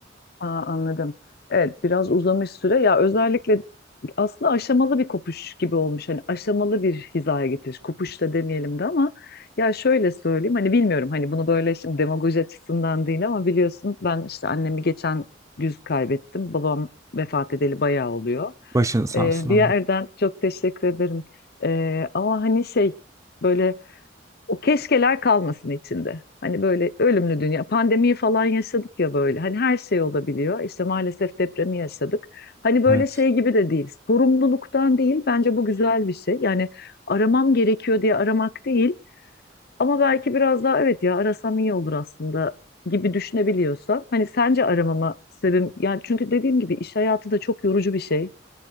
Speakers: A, on the left (about 55°); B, on the right (about 15°).
A: Aa, anladım. Evet biraz uzamış süre ya özellikle aslında aşamalı bir kopuş gibi olmuş. Hani aşamalı bir hizaya getiriş. Kopuş da demeyelim de ama ya şöyle söyleyeyim. Hani bilmiyorum hani bunu böyle şimdi demagoji açısından değil ama biliyorsun, ben işte annemi geçen güz kaybettim. Babam vefat edeli bayağı oluyor.
B: Başın sağ
A: Ee,
B: olsun
A: bir
B: abla.
A: yerden çok teşekkür ederim. Ee, ama hani şey böyle o keşkeler kalmasın içinde. Hani böyle ölümlü dünya. Pandemiyi falan yaşadık ya böyle. Hani her şey olabiliyor. İşte maalesef depremi yaşadık. Hani böyle
B: Evet.
A: şey gibi de değil. Sorumluluktan değil. Bence bu güzel bir şey. Yani aramam gerekiyor diye aramak değil. Ama belki biraz daha evet ya arasam iyi olur aslında gibi düşünebiliyorsa. Hani sence aramama sebebim yani çünkü dediğim gibi iş hayatı da çok yorucu bir şey.